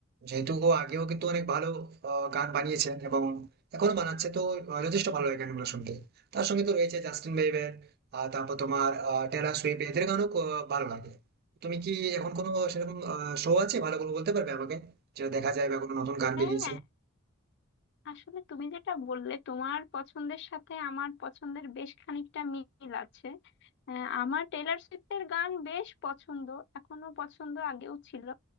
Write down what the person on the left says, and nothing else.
হ্যাঁ
আসলে তুমি যেটা বললে তোমার পছন্দের সাথে আমার পছন্দের বেশ খানিকটা মিল আছে আহ, আমার টেলর সুইফটের গান বেশ পছন্দ এখনো পছন্দ আগেও ছিল